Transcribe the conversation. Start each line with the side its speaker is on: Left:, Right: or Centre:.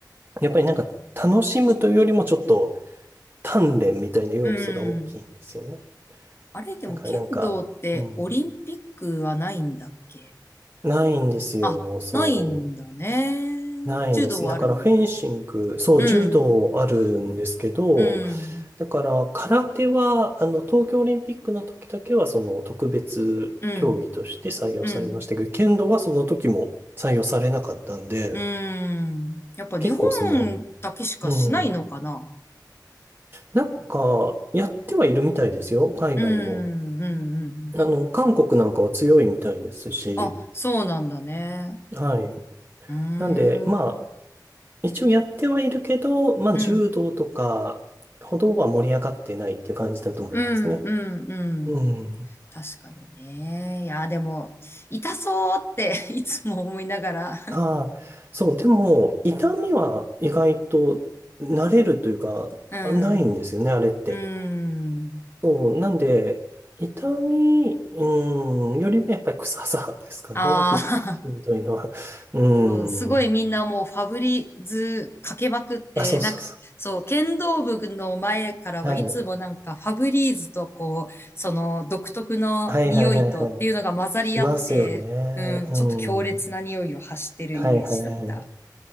Right: やっぱりなんか楽しむというよりもちょっと鍛錬みたいな要素が大きいんですよね。
Left: うん。あれ、でも剣道ってオリンピックはないんだっけ
Right: だからなんか、うん、ないんですよ。
Left: あ、
Right: そ
Left: ないんだね。
Right: う。ないんです。
Left: 柔道はあるのに。
Right: だからフェンシング、そう、
Left: うん、
Right: 柔道あるんですけど、
Left: うん、
Right: だから、空手は、あの、東京オリンピックの時だけは、その、特別競技として採用されましたけど、
Left: うん、うん、
Right: 剣道はその時も採用されなかったんで、
Left: うん。やっぱ日本だけしかしないのかな
Right: 結構その、うん、なんか、やってはいるみたいですよ、海外も。
Left: うん、うん、うん。
Right: あの、韓国なんかは強いみたいですし、
Left: あ、そうなんだね。
Right: はい。
Left: うーん、
Right: なんで、まあ、
Left: うん、
Right: 一応やってはいるけど、まあ、
Left: うん、
Right: 柔道とかほどは盛り上がってないっていう感じだと思いますね。
Left: うん、うん。
Right: うん。
Left: 確かにね。いや、でも、痛そうって <laughs> いつも思いながら
Right: ああ、そう、でも、痛みは意外と慣れるというか、
Left: うん。
Right: あないんですよね、あれって。
Left: うん。
Right: そう、なんで、痛み、うん、よりもやっぱり臭さですかね、
Left: ああ、
Right: ひ、ひどいのは。
Left: <laughs>
Right: うん。
Left: そう、すごいみんなもうファブリーズかけまくって、
Right: あ、そうそうそ
Left: なんか、そう、剣道部の前からはいつもなんかファブリーズとこう、
Right: う。はい。
Left: その独特の匂いとっていうのが混ざり合って、
Right: はいはいはいはい。しますよね。
Left: うん、
Right: うん。
Left: ちょっと強烈な匂いを発してるイメージだった。
Right: はいはいは